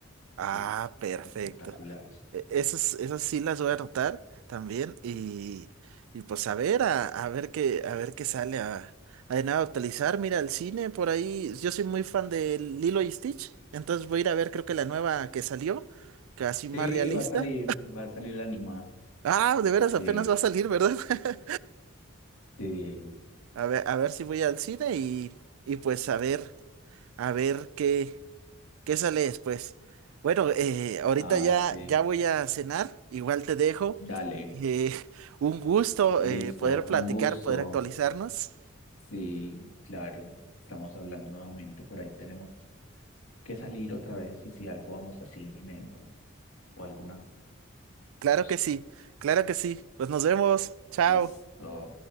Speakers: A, on the right; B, on the left.
A: Ah,
B: Uf,
A: perfecto.
B: espectaculares.
A: E- Esas, esas sí las voy a anotar también y, y pues a ver, a, a ver qué, a ver qué sale a, a de nada actualizar. Mira, el cine por ahí, yo soy muy fan de Lilo y Stitch, entonces voy a ir a ver creo que la nueva que salió, casi más
B: Sí,
A: realista.
B: va a salir, va a salir la animada.
A: Ah, de veras
B: Sí,
A: apenas va a salir, ¿verdad? <laughs>
B: sí.
A: A ver, a ver si voy al cine y, y pues a ver, a ver qué. ¿Qué sale después? Bueno, eh, ahorita
B: Ah,
A: ya,
B: sí.
A: ya voy a cenar, igual te dejo.
B: Dale,
A: Eh, <laughs> un gusto
B: listo.
A: eh, poder platicar,
B: Un gusto.
A: poder actualizarnos.
B: Sí, claro. Estamos hablando nuevamente. Por ahí tenemos que salir otra vez y si algo vamos a cine o, o alguna
A: Claro
B: cosa.
A: que sí, claro que sí. Pues nos vemos. Chao.
B: Listo.